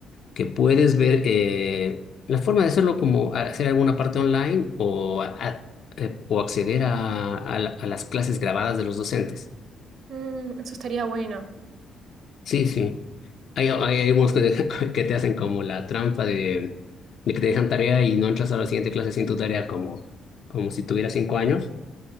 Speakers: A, on the left; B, on the right.
A: que puedes ver eh, la forma de hacerlo como a- hacer alguna parte online o, a- a- eh, o acceder a, a la- a las clases grabadas de los docentes.
B: mm, eso estaría bueno.
A: Sí, sí. Hay, hay hay algunos que, <laughs> te que te hacen como la trampa de, de que te dejan tarea y no entras a la siguiente clase sin tu tarea como, como si tuvieras cinco años.